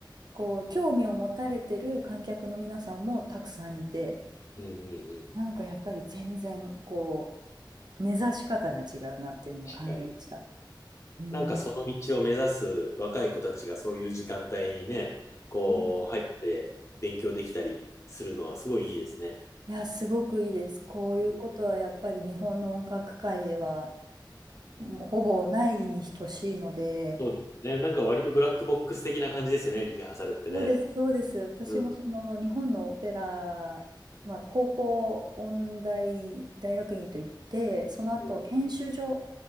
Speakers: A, on the right; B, on the left.
A: こう、興味を持たれてる観客の皆さんもたくさんいて、
B: うんうんうん。
A: なんかやっぱり全然、こう、根ざし方が違うなっていうのは感じました。
B: 確かに。
A: うん。
B: なんかその道を目指す若い子たちがそういう時間帯にね、こう、
A: うん
B: 入って勉強できたりするのはすごいいいですね。
A: いや、すごくいいです。こういうことはやっぱり日本の音楽界では、
B: うん、
A: もうほぼないに等しいので、
B: そうですね。なんか割とブラックボックス的な感じですよね、リハーサルってね。
A: そうです、そうです。私もその日本のオペラ、
B: うん。
A: まあ、高校音大大学院といって、その後研修所っ
B: うん